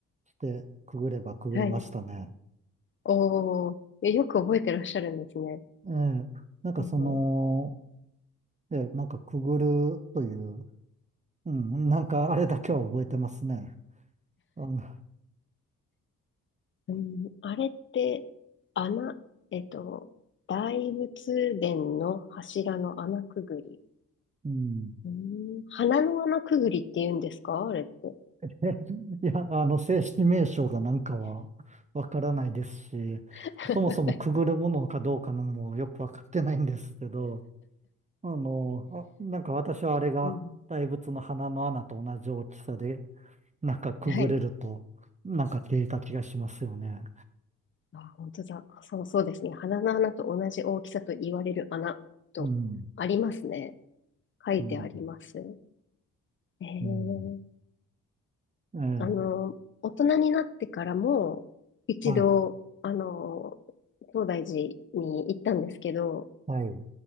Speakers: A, on the right (about 20°); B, on the left (about 35°).
A: してくぐればくぐれましたね。
B: はい。おー、えよく覚えてらっしゃるんですね。
A: ええ、なんかその、
B: うん
A: ええ、なんかくぐるという、うん、なんかあれだけは覚えてますね。あの、
B: うん、あれって、穴、えっと、大仏殿の柱の穴くぐり。
A: うん。
B: うん、鼻の穴くぐりって言うんですかあれって。
A: <laughs> いや、あの、正式名称がなんかはわからないですし、
B: <laughs>
A: そもそもくぐるものかどうかのもよくわかってないんですけど、あの、あ、なんか私はあれが大仏の鼻の穴と同じ大きさで、
B: うん
A: なんかくぐれると、
B: はい。
A: なんか消えた気がしますよね。
B: あ、本当だ。そうそうですね。鼻の穴と同じ大きさと言われる穴とありますね。
A: うん。
B: 書いてあります。
A: うん。
B: えー、
A: うん。ええ、
B: あの、大人になってからも、一度、
A: はい。
B: あの、東大寺に行ったんですけど、
A: はい。